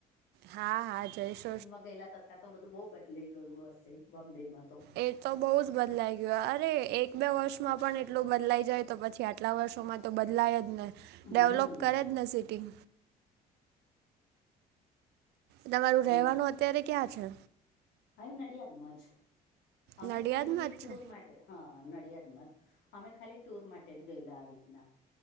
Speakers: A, on the right (about 80°); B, on the left (about 85°).
A: હા હા જઈશ.
B: માં ગયેલા થતા તો બધું બહુ બદલાઈ ગયું હશે બોમ્બે માં તો.
A: એ તો બઉુ જ બદલાઈ ગયો અરે એક બે વર્ષમાં પણ એટલું બદલાઈ જાય તો પછી આ કેટલા વર્ષોમાં તો બદલાય જ ને
B: હમ
A: ડેવલોપ કરે જ ને સિટી. તમારું
B: હમ
A: રહેવાનું અત્યારે ક્યાં છે?
B: અહી નડિયાદમાં જ. અમે
A: નડિયાદમાં
B: ખાલી ટૂર
A: જ છો
B: માટે હા નડિયાદમાં જ. અમે ખાલી ટુર માટે જ ગયેલા આવી રીતના.